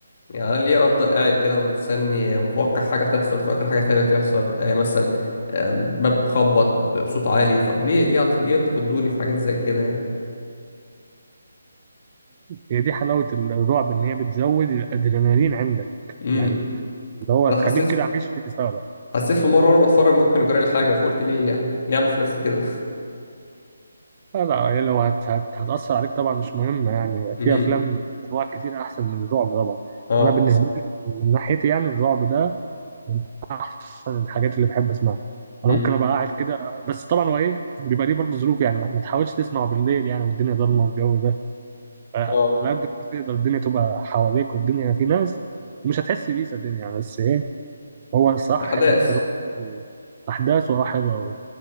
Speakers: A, on the left; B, on the right.
A: يعني أنا ليه أفضل قاعد كده ومستني متوقع حاجة تحصل في آخر حاجة تانية تحصل يعني مثلا آه، باب خبط بصوت عالي طب ليه ليه ليه تخضوني في حاجات زي كده يعني
B: هي دي حلاوه ال- الرعب ان هي بتزود الادرينالين عندك
A: امم
B: يعني اللي هو
A: أنا
B: تخليك
A: حسيت
B: كده عايش في اثاره
A: حسيت في مره وانا بتفرج ممكن اجري لي حاجه فقلت ليه يعني ليه اعمل في نفسي كده
B: لا لا يعني لو هت هت هتاثر عليك طبعا مش مهم يعني
A: <laughs>
B: في
A: امم
B: افلام انواع كتير احسن من الرعب طبعا
A: اه
B: انا بالنسبه لي من ناحيتي يعني الرعب ده من احسن الحاجات اللي بحب اسمعها انا
A: امم
B: ممكن ابقى قاعد كده بس طبعا هو ايه بيبقى ليه برضه ظروف يعني ما ما تحاولش تسمعه بالليل يعني والدنيا ضلمه والجو ده فعلى
A: اه
B: قد ما تقدر الدنيا تبقى حواليك والدنيا في ناس ومش هتحس بيه صدقني يعني بس ايه هو الصراحه
A: احداث
B: حلو حلو احداثه اه حلوه